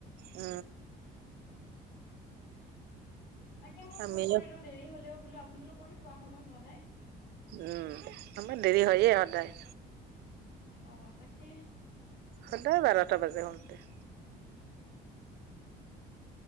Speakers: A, on the right (about 70°); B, on the left (about 65°).
A: উ।
B: তাকে মই
A: আমি
B: ফোন কৰিলো
A: উম
B: দেৰি হলেও বোলো আপোনালোকৰ তো শুৱা সময় হোৱা নাই।
A: উম, আমাৰ দেৰি হয়য়ে সদায়।
B: অ, তাকে।
A: সদায় বাৰটা বাজে শুতে।